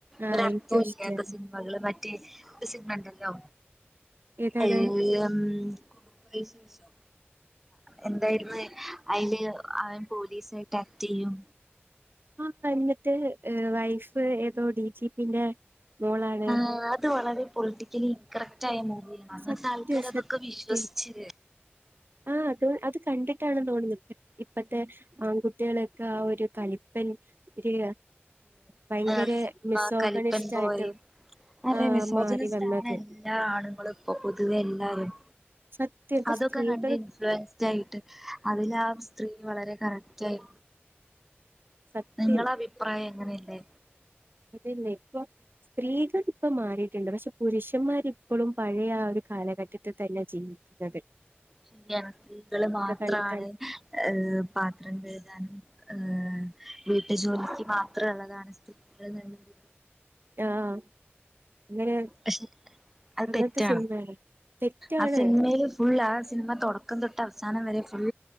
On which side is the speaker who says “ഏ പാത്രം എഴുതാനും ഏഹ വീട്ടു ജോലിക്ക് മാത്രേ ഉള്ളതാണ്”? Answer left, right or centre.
Centre